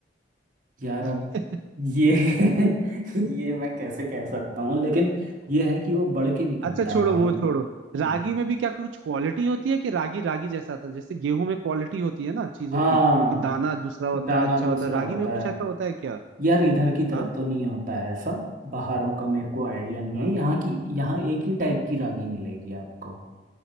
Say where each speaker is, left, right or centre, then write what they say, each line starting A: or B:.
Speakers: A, on the right; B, on the right.
A: यार
B: <laughs>
A: अब ये <laughs> ये मैं कैसे कह सकता हूँ लेकिन ये है कि वो बढ़ के निकलता
B: अच्छा छोड़ो
A: है भाई
B: वो छोड़ो रागी
A: हम्म।
B: में भी क्या कुछ क्वालिटी होती है कि रागी रागी जैसा आता है जैसे गेहूं में क्वालिटी होती है ना चीजों
A: हाँ
B: की कि दाना दूसरा होता
A: दाना
B: है अच्छा
A: दूसरा
B: होता है रागी
A: होता
B: में कुछ
A: है
B: ऐसा होता है क्या
A: यार इधर की तरफ
B: हाँ
A: तो नहीं होता है ऐसा बाहरों का मेरे को आइडिया नहीं
B: हाँ
A: है यहाँ की यहाँ एक ही टाइप की रागी मिलेगी आपको